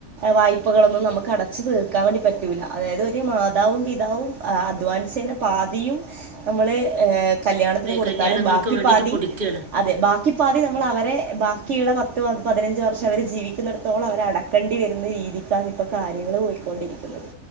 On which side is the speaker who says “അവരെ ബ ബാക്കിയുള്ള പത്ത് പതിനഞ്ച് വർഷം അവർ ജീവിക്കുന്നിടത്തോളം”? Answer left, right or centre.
Right